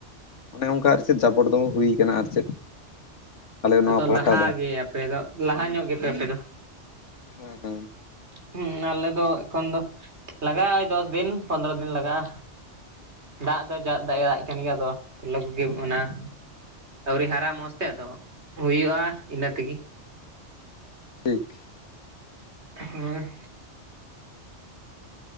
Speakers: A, on the left; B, on the right.
A: ᱦᱮᱸ ᱚᱱᱮ ᱚᱱᱠᱟ ᱟᱨ ᱪᱮᱫ ᱡᱟᱵᱚᱴ ᱫᱚᱦᱚ ᱦᱩᱭ ᱟᱠᱟᱱᱟ ᱟᱨ ᱪᱮᱫ ᱟᱞᱮ ᱱᱚᱣᱟ
B: ᱟᱫᱚ
A: ᱯᱟᱦᱴᱟ
B: ᱞᱟᱦᱟ
A: ᱫᱚ
B: ᱜᱮ ᱟᱯᱮ ᱫᱚ ᱞᱟᱦᱟ ᱧᱚᱜ ᱜᱮᱯᱮ ᱟᱯᱮ ᱫᱚ
A: ᱦᱮᱸ ᱦᱮᱸ
B: ᱦᱩᱸ ᱟᱞᱮ ᱫᱚ ᱮᱠᱷᱚᱱ ᱫᱚ ᱞᱟᱜᱟᱜᱼᱟ ᱫᱚᱥ ᱫᱤᱱ ᱯᱚᱱᱨᱚ ᱫᱤᱱ ᱞᱟᱜᱟᱜᱼᱟ ᱫᱟᱜ ᱫᱚ <unintelligible> ᱫᱟᱜ ᱮ ᱠᱟᱱ ᱜᱮᱭᱟ ᱟᱫᱚ <unintelligible> ᱛᱚᱞᱟ ᱠᱚᱜᱮ ᱚᱱᱟ ᱟᱹᱣᱨᱤ ᱦᱟᱨᱟ ᱢᱚᱸᱡᱽ ᱛᱮ ᱟᱫᱚ ᱦᱩᱭᱩᱜᱼᱟ ᱤᱱᱟᱹ ᱛᱮᱜᱮ
A: ᱴᱷᱤᱠ
B: ᱦᱚᱭ